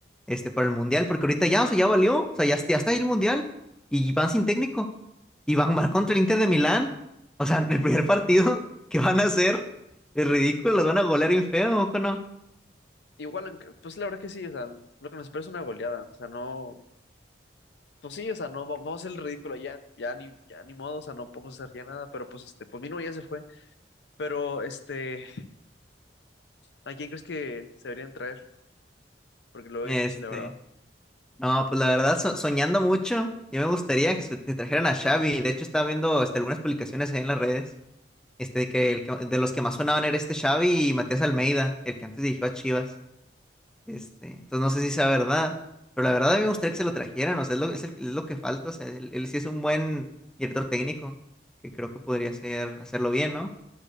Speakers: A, in the centre; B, on the left.
A: este, para el Mundial, porque ahorita ya, o sea, ya valió, o sea, ya, ya está ahí el Mundial y van sin técnico y van a jugar contra el Inter de Milán, o sea, el primer partido <laughs> que van a hacer es ridículo, los van a golear bien feo, ¿o no?
B: Igual, en- pues la verdad que sí, o sea, lo que nos espera es una goleada, o sea, no, pues sí, o sea, no, va- vamos a hacer el ridículo ya, ya ni, ya ni modo, o sea, no podemos hacer ya nada, pero pues este, pues Mino ya se fue, pero este, ¿a quién crees que se deberían traer? Porque lo veo
A: Este...
B: difícil, la verdad.
A: No, pues la verdad, so- soñando mucho, yo me gustaría que se- te trajeran a Xavi. De hecho, estaba viendo este, algunas publicaciones ahí en las redes, este, de que, el que- de los que más sonaban era este Xavi y Matías Almeida, el que antes dirigió a Chivas. Este, entonces no sé si sea verdad, pero la verdad a mí me gustaría que se lo trajeran, o sea, es lo, es el- es lo que falta, o sea, él, él sí es un buen director técnico, que creo que podría hacer, hacerlo bien, ¿no?